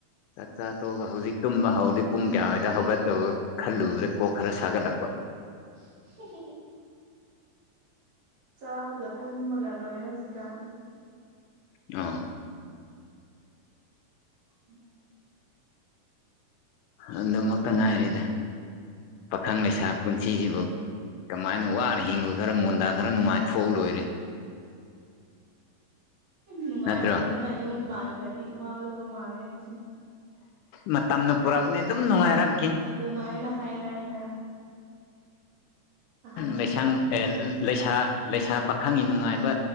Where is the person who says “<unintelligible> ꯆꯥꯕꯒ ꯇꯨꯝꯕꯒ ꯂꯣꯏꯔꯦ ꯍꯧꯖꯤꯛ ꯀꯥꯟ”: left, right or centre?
Right